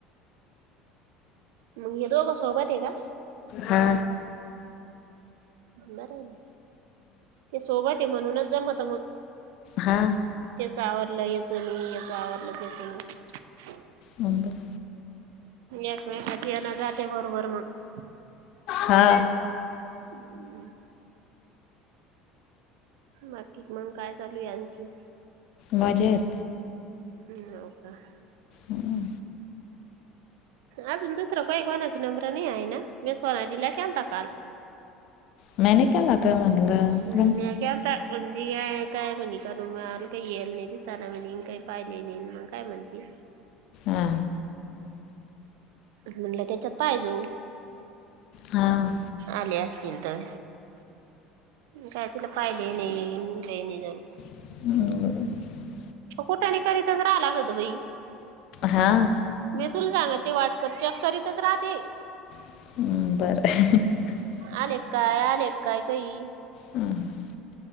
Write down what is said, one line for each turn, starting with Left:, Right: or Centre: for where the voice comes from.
Right: मग ह्या दोघासनी.... सोबत आहे का?
Left: हा!
Right: बरं आहे ना! ते सोबत आहे म्हणूनच जमत मग,
Left: हा
Right: त्याच आवरलं याच नाही, याच आवडलं त्याच नाही,
Left: बब <unintelligible>
Right: एक वेळ जेन जाते बरोबर म्हणून...
Left: हा
Right: हम्म! बाकी मग काय चालू आहे आणखी?
Left: मजेत!
Right: ह् होव का <unintelligible>
Left: हम्!
Right: अजून दुसरं काही कोणाची नंबर नाही आहे ना मी सोनालिला केलता काल...
Left: मी नाही केला का म्हटलं
Right: हम् म काता म्हणध का काय म्हनी. तर मग आला काही येल नाही, दिसाना म्ह काही पाहिले नाही मग काय म्हणती.
Left: हा
Right: म्हणलं त्याच्यात पाय तू
Left: हा
Right: आले त तर काय तिला पाहिले नाही.
Left: हम्!
Right: कुठाने करीताच राहालाग होत बई,
Left: हा.
Right: मी तुला सांगा ते व्हॉट्सअप चेक करीतच राहते.
Left: बरं <unintelligible>
Right: अलेक काय, अलेक काय काही
Left: हम्म <unintelligible>